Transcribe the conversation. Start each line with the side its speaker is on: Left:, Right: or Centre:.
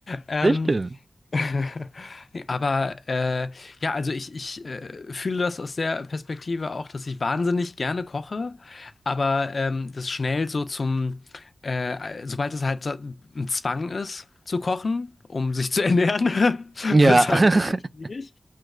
Left: Ähm,
Right: Das stimmt.
Left: <laughs> Aber äh, ja, also ich, ich äh, fühle das aus der Perspektive auch, dass ich wahnsinnig gerne koche, aber ähm, das schnell so zum, äh, sobald es halt so ein Zwang ist zu kochen, um sich zu ernähren, <laughs>
Right: Ja.
Left: wird es halt ein bisschen schwierig.
Right: <laughs>